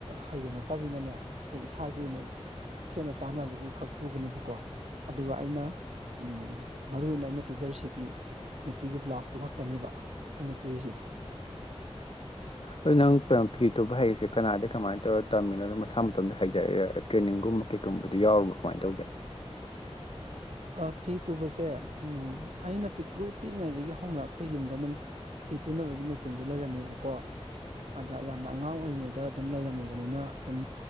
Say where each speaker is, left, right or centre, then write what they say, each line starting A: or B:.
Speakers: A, on the right; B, on the left.
A: ꯍꯩꯕ ꯅꯠꯇꯕꯅꯤꯅꯅꯦ ꯑꯩ ꯏꯁꯥꯒꯤ ꯑꯣꯏꯅ ꯁꯦꯅ ꯆꯥ ꯆꯥꯅꯕꯒꯤ ꯈꯛꯇꯨꯕꯅꯦꯕꯀꯣ ꯑꯗꯨꯒ ꯑꯩꯅ ꯑꯝ ꯃꯔꯨ ꯑꯣꯏꯅ ꯑꯩꯅ ꯇꯨꯖꯔꯤꯁꯤꯗꯤ ꯅꯨꯄꯤꯒꯤ ꯕ꯭ꯂꯥꯎꯁꯇꯨ ꯈꯛꯇꯅꯦꯕ ꯑꯩꯅ ꯇꯨꯔꯤꯁꯤꯗꯤ
B: ꯑꯗꯨ ꯅꯪ ꯐꯤ ꯇꯣꯕ ꯍꯥꯏꯔꯤꯁꯦ ꯀꯅꯥꯗ ꯀꯃꯥꯏꯅ ꯇꯧꯔꯒ ꯇꯝꯃꯤꯅꯣ ꯃꯁꯥ ꯃꯇꯣꯝꯗ ꯍꯩꯖꯔꯛ ꯢꯔ ꯇ꯭ꯔꯦꯅꯤꯡꯒꯨꯝ ꯀꯩꯀꯨꯝꯕꯗꯤ ꯌꯥꯎꯔꯨꯕ꯭ꯔꯥ ꯀꯃꯥꯏꯅ ꯇꯧꯒꯦ
A: <inaudible> ꯑ ꯐꯤ ꯇꯨꯕꯁꯦ ꯑꯝ ꯑꯩꯅ ꯄꯤꯛꯇ꯭ꯔꯨ ꯄꯤꯛꯏꯉꯩꯗꯒꯤ ꯍꯧꯅ ꯑꯩꯈꯣꯏ ꯌꯨꯝꯗ ꯑꯗꯨꯝ ꯐꯤ ꯇꯨꯅꯕꯒꯤ ꯃꯦꯆꯤꯟꯁꯦ ꯂꯩꯔꯝꯃꯦꯕꯀꯣ ꯑꯗ ꯌꯥꯝꯅ ꯑꯉꯥꯡ ꯑꯣꯏꯔꯤꯉꯩꯗ ꯑꯗꯨꯝ ꯂꯩꯔꯝꯃꯕꯅꯤꯅ ꯑꯗꯨꯝ